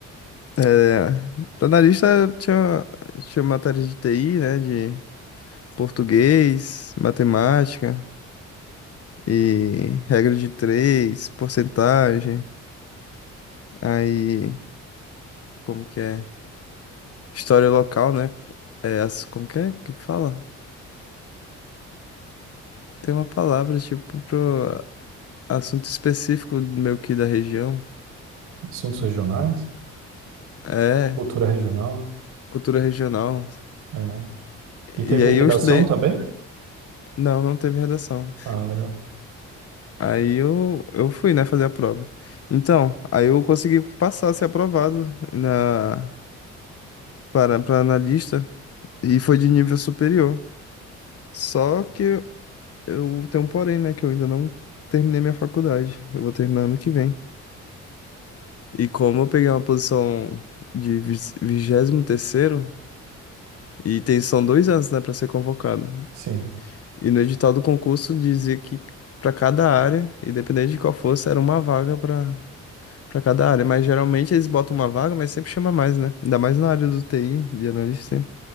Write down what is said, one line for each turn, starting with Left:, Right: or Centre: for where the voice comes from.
Left: é, pra analista tinha, tinha matéria de TI, né? De português, matemática e regra de três, porcentagem. Aí, como que é? História local, né? É, ass- como que é que fala? Tem uma palavra, tipo, pro assunto específico meio que da região.
Right: Assuntos regionais?
Left: É,
Right: Cultura regional?
Left: cultura regional.
Right: É. E teve
Left: E aí
Right: redação
Left: eu estudei.
Right: também?
Left: Não, não teve redação.
Right: Ah, legal.
Left: Aí eu, eu fui, né, fazer a prova. Então, aí eu consegui passar, ser aprovado na, para, para analista e foi de nível superior. Só que eu tenho um porém, né, que eu ainda não terminei minha faculdade. Eu vou terminar ano que vem. E como eu peguei uma posição de vigésimo terceiro, e tem, são dois anos, né, para ser convocado.
Right: Sim.
Left: E no edital do concurso dizia que para cada área, independente de qual fosse, era uma vaga para para cada área. Mas geralmente eles botam uma vaga, mas sempre chama mais, né? Ainda mais na área do TI, de analista.